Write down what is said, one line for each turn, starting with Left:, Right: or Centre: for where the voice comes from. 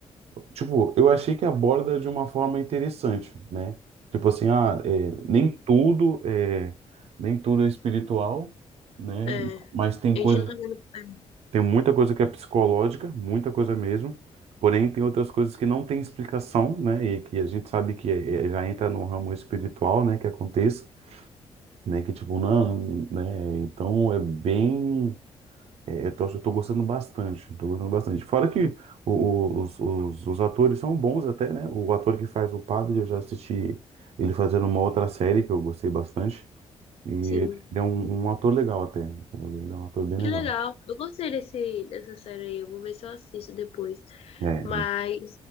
Right: Tipo, eu achei que aborda de uma forma interessante, né? Tipo assim, ah, é, nem tudo é, nem tudo é espiritual, né?
Left: É,
Right: Mas tem
Left: a
Right: coisa,
Left: gente não tá vendo. é,
Right: tem muita coisa que é psicológica, muita coisa mesmo. Porém, tem outras coisas que não tem explicação, né? E que a gente sabe que é- é- já entra no ramo espiritual, né? Que aconteça, né? Que tipo, não, né? Então é bem É, Eu tô, eu tô gostando bastante, tô gostando bastante. Fora que o- o- os, os, os atores são bons até, né? O ator que faz o padre, eu já assisti ele fazendo uma outra série que eu gostei bastante. E ele
Left: Sim.
Right: é um, um ator legal até. Ele é um ator bem legal.
Left: Que legal. Eu gostei desse, dessa série aí. Eu vou ver se eu assisto depois.
Right: É,
Left: Mas,